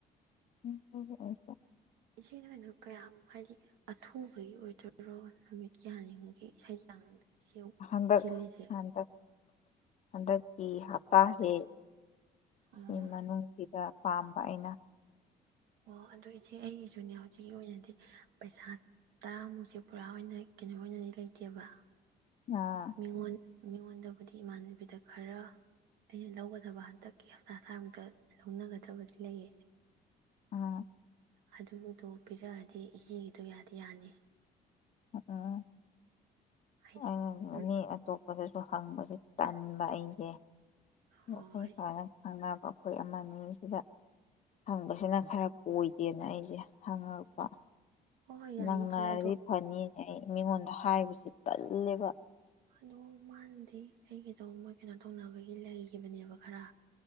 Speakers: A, on the left; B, on the right.
A: ꯎꯝ <unintelligible>
B: ꯏꯆꯦꯅꯪꯗꯣ ꯀꯌꯥꯃꯨꯛ ꯍꯥꯏꯗꯤ ꯑꯊꯨꯕꯒꯤ ꯑꯣꯏꯗꯣꯏꯔꯣ ꯅꯨꯃꯤꯠ ꯀꯌꯥꯅꯤꯃꯨꯒꯤ ꯍꯩꯖꯥꯡ ꯁꯎ <unintelligible>
A: ꯍꯟꯗꯛ
B: ꯊꯤꯂꯤꯖꯦ
A: ꯍꯟꯗꯛ ꯍꯟꯗꯛꯀꯤ ꯍꯞꯇꯥꯁꯦ
B: ꯑꯣ
A: ꯁꯤ ꯃꯅꯨꯡꯁꯤꯗ ꯄꯥꯝꯕ ꯑꯩꯅ
B: ꯑꯣ ꯑꯗꯨ ꯏꯆꯦ ꯑꯩꯒꯤꯖꯨꯅꯦ ꯍꯧꯖꯤꯛꯀꯤ ꯑꯣꯏꯅꯗꯤ ꯄꯩꯁꯥ ꯇꯔꯥꯃꯨꯛꯁꯦ ꯄꯨꯔꯥ ꯑꯣꯏꯅ ꯀꯩꯅꯣ ꯑꯣꯏꯅꯗꯤ ꯂꯩꯇꯦꯕ
A: ꯑꯥ
B: ꯃꯤꯉꯣꯟ ꯃꯤꯉꯣꯟꯗꯕꯨꯗꯤ ꯏꯃꯥꯟꯅꯕꯤꯗ ꯈꯔ ꯑꯩꯅ ꯂꯧꯒꯗꯕ ꯍꯟꯗꯛꯀꯤ ꯍꯞꯇꯥ ꯊꯥꯡꯃꯛꯇ ꯂꯧꯅꯒꯗꯕꯗꯤ ꯂꯩꯌꯦ
A: ꯑꯥ
B: ꯑꯗꯨꯗꯣ ꯄꯤꯔꯛꯑꯗꯤ ꯏꯆꯦꯒꯤꯗꯣ ꯌꯥꯗꯤ ꯌꯥꯅꯤ
A: ꯎꯝ
B: ꯍꯥꯏꯗꯤ
A: ꯑꯩꯅꯖꯨ
B: ꯎꯝ
A: ꯃꯤ ꯑꯇꯣꯞꯄꯗꯁꯨ ꯐꯪꯕꯁꯦ ꯇꯟꯕ ꯑꯩꯖꯦ <unintelligible>
B: ꯍꯣꯏ
A: ꯑꯩꯈꯣꯏ
B: ꯍꯣꯏ
A: ꯑꯃꯅꯤ ꯁꯤꯗ ꯍꯪꯕꯁꯤꯅ ꯈꯔ ꯀꯣꯏꯗꯦꯅ ꯑꯩꯁꯦ <unintelligible> ꯍꯪꯉꯛꯄ
B: ꯍꯣꯏ ꯌꯥꯏ
A: ꯅꯪꯅ
B: ꯏꯆꯦ
A: <unintelligible>
B: ꯑꯗꯣ
A: ꯐꯅꯤꯅꯦ ꯑꯩ ꯃꯤꯉꯣꯟꯗ ꯍꯥꯏꯕꯁꯤ ꯇꯜꯂꯦꯕ
B: ꯍꯂꯣꯃꯥꯟꯅꯗꯤ ꯑꯩ ꯒꯤꯗꯣ ꯃꯣꯏ ꯀꯩꯅꯣ ꯇꯧꯅꯕꯒꯤ ꯂꯩꯒꯤꯕꯅꯦꯕ ꯈꯔ